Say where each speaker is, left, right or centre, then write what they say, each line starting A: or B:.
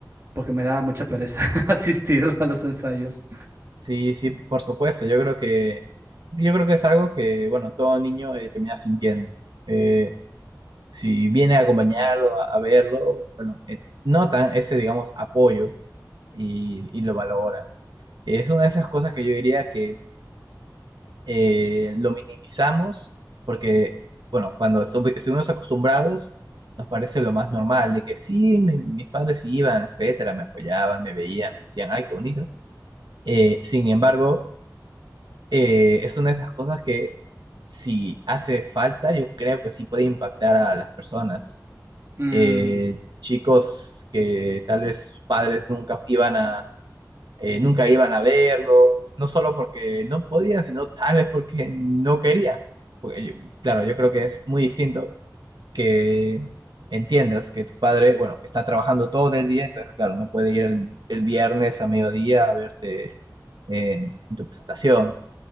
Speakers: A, on the right; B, on the right.
A: porque me daba mucha pereza <laughs> asistir a los ensayos.
B: Sí, sí, por supuesto. Yo creo que, yo creo que es algo que, bueno, todo niño eh, termina sintiendo. Eh, si viene a acompañarlo, a, a verlo, bueno, eh, notan ese, digamos, apoyo y, y lo valoran. Es una de esas cosas que yo diría que eh, lo minimizamos porque, bueno, cuando estu- estuvimos acostumbrados, nos parece lo más normal, de que sí, mi- mis padres iban, etcétera, me apoyaban, me veían, me decían, ay, qué bonito. Eh, sin embargo, eh, es una de esas cosas que si hace falta, yo creo que sí puede impactar a las personas.
A: Mm,
B: Eh, chicos que tal vez sus padres nunca iban a, eh, nunca iban a verlo, no solo porque no podía, sino tal vez porque no quería. Porque yo- claro, yo creo que es muy distinto que entiendas que tu padre, bueno, está trabajando todo el día, entonces claro, no puede ir el, el viernes a mediodía a verte en, en tu presentación.